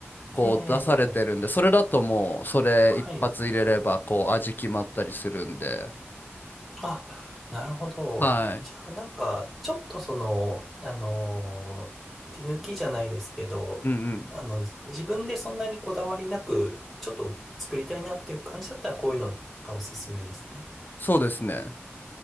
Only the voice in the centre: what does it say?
ええ、ええ
はい。
あ、なるほど。
じゃあ、なんか、ちょっとその、あのー、手抜きじゃないですけど、
あの、じ自分でそんなにこだわりなく、ちょっと作りたいなっていう感じだったら、こういうのがおすすめですね。